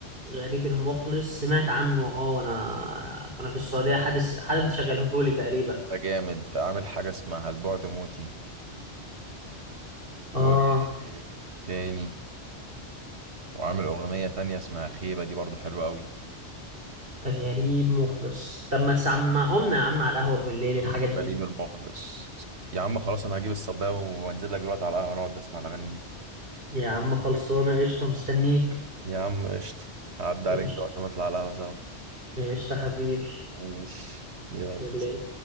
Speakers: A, on the right; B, on the right.
A: غريب المخلص سمعت عنه اه وانا وانا في السعوديه حدث حد شغلهولي تقريبا
B: ده جامد عامل حاجة اسمها البعد موتي و
A: اه
B: تاني وعامل أغنية تانية اسمها خيبة دي برضو حلوة أوي
A: غريب مخلص طب ما تسمعهمنا يا عم على القهوه بالليل الحاجات دي
B: غريب المخلص يا عم خلاص أنا هجيب الصباية وأنزل لك دلوقتي على القهوة ونقعد نسمع الأغاني دي
A: يا عم خلصانه قشطه مستنيك
B: يا عم قشطة هعدي عليك
A: قشطه
B: دلوقتي ونطلع على القهوة سوا
A: قشطه حبيبي
B: ماشي يلا
A: إذن ل.